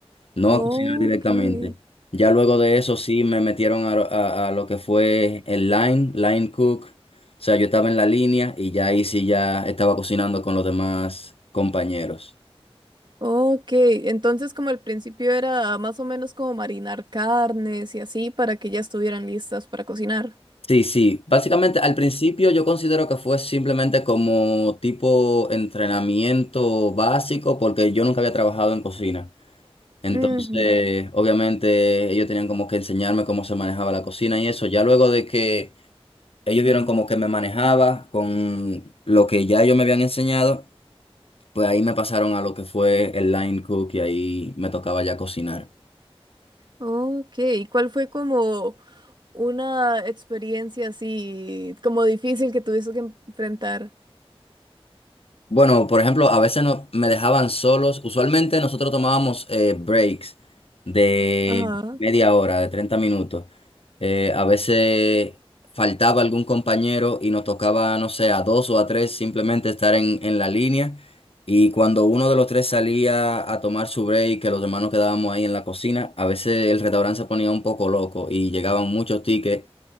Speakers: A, on the left; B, on the right.
A: no
B: Oh,
A: a cocinar directamente.
B: Ok.
A: Ya luego de eso sí me metieron a, lo a- a lo que fue el line, line cook, o sea, yo estaba en la línea y ya ahí sí ya estaba cocinando con los demás compañeros.
B: Oh, Ok. Entonces, como al principio era más o menos como marinar carnes y así para que ya estuvieran listas para cocinar.
A: Sí, sí. Básicamente, al principio yo considero que fue simplemente como tipo entrenamiento básico, porque yo nunca había trabajado en cocina. Entonces,
B: Ujú.
A: obviamente, ellos tenían como que enseñarme cómo se manejaba la cocina y eso. Ya luego de que ellos vieron como que me manejaba con lo que ya ellos me habían enseñado, pues ahí me pasaron a lo que fue el line cook y ahí me tocaba ya cocinar.
B: Ok. ¿Y cuál fue como Una experiencia así como difícil que tuviste que enfrentar.
A: Bueno, por ejemplo, a veces no- me dejaban solos. Usualmente nosotros tomábamos eh, breaks de
B: Ajá.
A: media hora, de 30 minutos. Eh, a veces faltaba algún compañero y nos tocaba, no sé, a dos o a tres simplemente estar en, en la línea. Y cuando uno de los tres salía a tomar su break, que los demás nos quedábamos ahí en la cocina, a veces el restaurante se ponía un poco loco y llegaban muchos tickets